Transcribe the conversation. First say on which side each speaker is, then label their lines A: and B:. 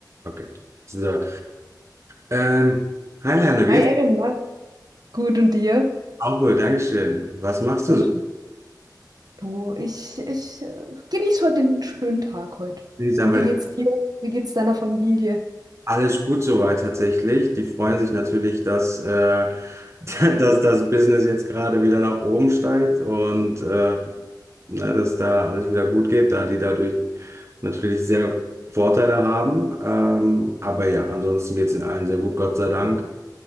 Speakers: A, on the right (about 40°); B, on the right (about 60°).
A: Okay. So. Ähm, hi Lerner, wie
B: Hi
A: geht's?
B: Erin, na, Gut, und dir?
A: Auch gut, Dankeschön. Was machst
B: sehr
A: du so?
B: schön. Du, ich, ich äh, genieße heute den schönen Tag heute.
A: Ich sag
B: Und
A: mal,
B: wie geht's dir? Wie geht's deiner Familie?
A: alles gut soweit tatsächlich. Die freuen sich natürlich, dass, äh, <laughs> dass das Business jetzt gerade wieder nach oben steigt und äh,
B: Ach,
A: ne, dass da alles wieder gut geht, da die dadurch natürlich sehr Vorteile haben. Ähm, aber ja, ansonsten geht's in allen sehr gut, Gott sei Dank.